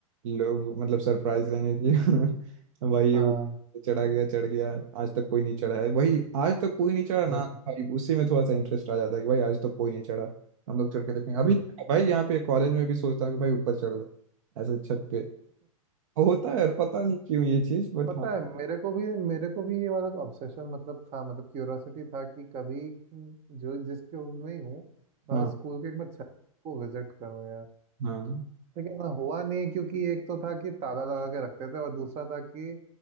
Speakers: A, on the right (about 60°); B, on the right (about 35°).
A: लोग मतलब सरप्राइज रहेंगे कि <laughs> भाई ये
B: हाँ
A: वो चढ़ा गया चढ़ गया आज तक कोई नहीं चढ़ा है वही आज तक कोई नहीं चढ़ा ना
B: बिल्कुल
A: भाई उसी में थोड़ा सा इंटरेस्ट आ जाता है कि भाई आज तक कोई नहीं चढ़ा हम लोग चढ़ के देखेंगे
B: हम्म
A: अभी
B: हम्म।
A: भाई यहाँ पे कॉलेज में भी सोचता हूँ कि भाई ऊपर चढ़ूँ ऐसे छत पे होता है और पता नहीं क्यों ये चीज बट
B: पता
A: हाँ
B: है मेरे को भी मेरे को भी ये वाला ऑब्सेशन मतलब था मतलब क्यूरोसिटी था कि कभी हम्म, जो जिस स्कूल में ही हूँ मैं
A: हाँ
B: उस स्कूल के एक बार छत को विजिट करूँ यार
A: हाँ
B: लेकिन हाँ, हुआ नहीं क्योंकि एक तो था कि ताला लगा के रखते थे और दूसरा था कि